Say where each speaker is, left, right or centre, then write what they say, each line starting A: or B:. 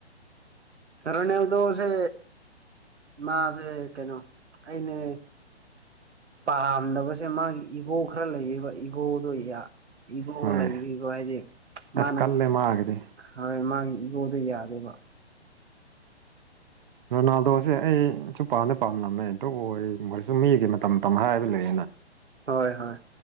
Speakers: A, on the right; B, on the right.
A: ꯁꯔꯅꯗꯁ ꯃꯥꯁꯦ ꯀꯩꯅꯣ ꯑꯅꯦ ꯄꯥꯝꯗꯕꯁꯦ ꯃꯥꯒꯤ ꯏꯒꯣ ꯈꯔ ꯂꯩꯌꯦꯕ ꯏꯒꯣꯗꯣ ꯏꯒꯣ
B: ꯍꯣꯏ
A: ꯂꯩꯕꯤꯕꯣ ꯍꯥꯏꯗꯤ
B: ꯑꯁ
A: ꯃꯥꯅ
B: ꯀꯜꯂꯦ ꯃꯥꯒꯤꯗꯤ
A: ꯍꯣꯏ ꯃꯥꯒꯤ ꯑꯩꯉꯣꯗ ꯌꯥꯗꯦꯕ
B: ꯔꯣꯅꯥꯜꯗꯣꯁꯦ ꯑꯩꯁꯨ ꯄꯥꯝꯅꯩ ꯄꯥꯝꯂꯝꯃꯦ ꯑꯝꯇ ꯑꯣꯏ ꯃꯣꯏꯁꯨ ꯃꯤꯒꯤ ꯃꯇꯝ ꯃꯇꯝ ꯍꯥꯏꯕ ꯂꯩ
A: ꯍꯣꯏ ꯍꯣꯏ